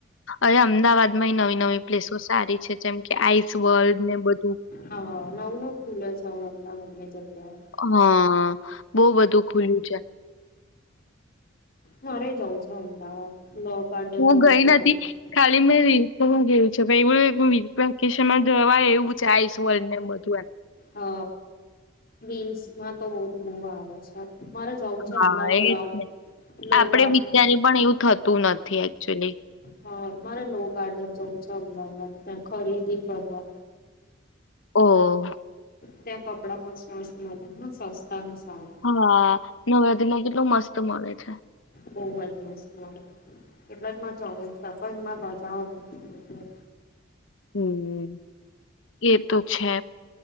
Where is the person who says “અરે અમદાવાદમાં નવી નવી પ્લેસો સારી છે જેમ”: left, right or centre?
Left